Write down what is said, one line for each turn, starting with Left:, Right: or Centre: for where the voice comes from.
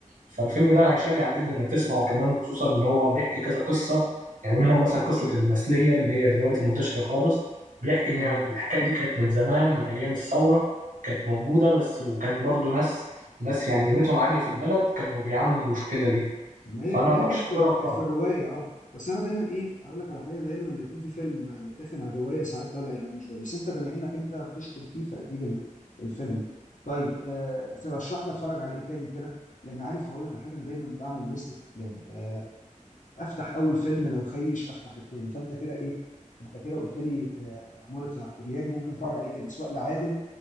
Right: فالفيلم ده هيشجع جدا انك تسمعه كمان خصوصا ان هو بيحكي كذا قصه يعني منهم مثلا قصه المثليه اللي هي دلوقتي منتشره خالص بيحكي ان
Left: اه
Right: هي- الحكايه دي كانت من زمان من ايام الثوره كانت موجوده بس وكانت برضو ناس ناس يعني قيمتهم عاليه في البلد كانوا بيعانوا من المشكله دي
Left: ما
Right: فانا
Left: هي ما
Right: برشحه
Left: هي كانت في الر-
Right: لك
Left: كانت
Right: خالص
Left: في الروايه اه بس انا دايما ايه اقول لك على حاجه دايما لما يكون في فيلم متاخد على الروايه ساعات ببعد عنه شويه بس انت بما انك انت بتشكر فيه فاكيد ال- الفيلم حلو. طيب آه ترشح لي اتفرج على ايه تاني كده لان عارف هقول لك على حاجه انا دايما بعمل لستة افلام آه افتح اول فيلم لو خيش افتح التاني فانت كده ايه انت كده قلت لي آه عماره يعقوبيان ممكن اتفرج على ايه تاني سواء لعادل